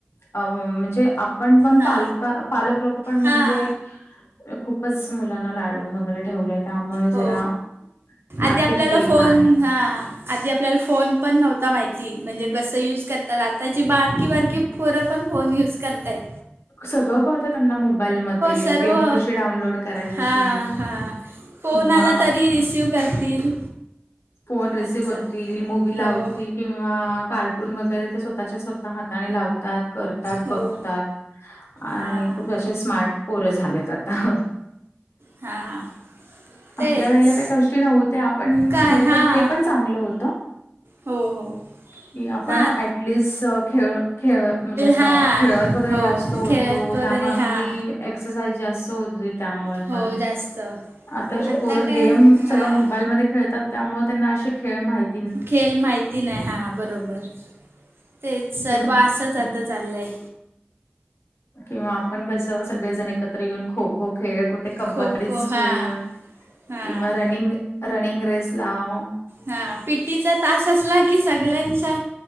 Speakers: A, on the left (about 80°); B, on the right (about 70°).
A: अ म्हणजे आपण पण
B: हां
A: पालक, पालक लोकं पण म्हणजे
B: हां
A: खूपच मुलांना लाडवून वगैरे ठेवलंय. त्यामुळे जरा
B: हो आधी
A: अति
B: आपल्याला
A: प्रेम
B: फोन
A: आहे.
B: हा. आधी आपल्याला फोन पण नव्हता माहिती म्हणजे कसं यूज करतात, आताची बारकी बारकी पोरं पण फोन युज करतायत.
A: सगळं कळतं त्यांना मोबाईल मध्ये.
B: सर्व
A: गेम कशी डाउनलोड करायची?
B: हा हा फोन
A: किंवा
B: आला तरी रिसीव करतील.
A: फोन रिसिव्ह
B: असं
A: करतील, मूवी लावतील
B: हो
A: किंवा कार्टून वगैरे ते स्वतःच्या स्वतः हाताने लावतात, करतात,
B: हो
A: बघतात. आणि
B: हां
A: खूप असे स्मार्ट पोर झालेत आता.
B: हां
A: आपल्या
B: तेच
A: वळेला त्या गोष्टी नव्हत्या. पण
B: काय
A: खरं
B: हां
A: तर ते पण चांगल होत.
B: हो हो
A: कि आपण
B: हां
A: ऐक ॲटलीस् खेळ खेळ म्हणजे असं
B: हां
A: खेळत वगैरे
B: हो
A: जास्त होतो,
B: खेळत वगैरे
A: त्यामुळे आपली
B: हां
A: एक्सरसाइज जास्त होत होती. त्यामुळे
B: हो
A: पण
B: जास्त आता
A: आताची पोरं
B: काय
A: गेम सगळं
B: हां
A: मोबाईलमध्ये खेळतात. त्यामुळे त्यांना असे खेळ माहित
B: खेळ माहिती नाही. हां, बरोबर! तेच सर्व
A: किंवा
B: असंच आता चाललंय.
A: किंवा आपण कस सगळेजण एकत्र येऊन खो खो खेळ कुठे कबड्डीच
B: खो खो हां
A: खेळ
B: हां
A: किंवा रनिंग रनिंग रेस लाव.
B: हा, पी टी चा तास असला की सगळ्यांचा